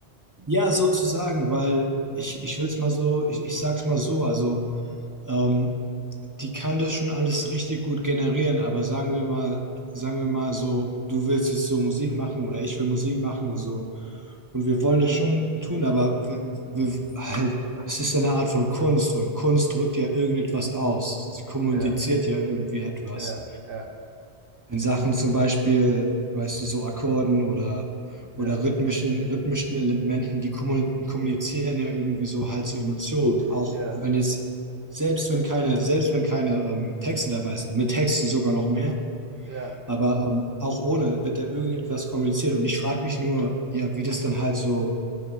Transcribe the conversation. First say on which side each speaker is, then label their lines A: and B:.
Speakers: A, on the right; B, on the right.
A: Ja, sozusagen, weil ich, ich würde es mal so, ich, ich sag's mal so, also ähm, die kann das schon alles richtig gut generieren, aber sagen wir mal, sagen wir mal so, du willst jetzt so Musik machen oder ich will Musik machen und so. Und wir wollen das schon tun, aber wir, wir, halt, es ist ja eine Art von Kunst und Kunst drückt ja irgendetwas aus. Sie kommuniziert
B: Ja.
A: ja irgendwie etwas
B: Ja, ja,
A: in Sachen zum Beispiel, weißt du, so Akkorden oder,
B: ja,
A: oder rhythmischen, rhythmischen Elementen, die kommun- kommunizieren ja irgendwie so halt so Emotionen. Auch
B: ja,
A: wenn jetzt, selbst wenn keine, selbst wenn keine ähm, Texte dabei sind, mit Texten sogar noch mehr,
B: ja,
A: aber ähm, auch ohne wird da irgendetwas kommuniziert. Und ich frage mich nur, ja, wie das dann halt so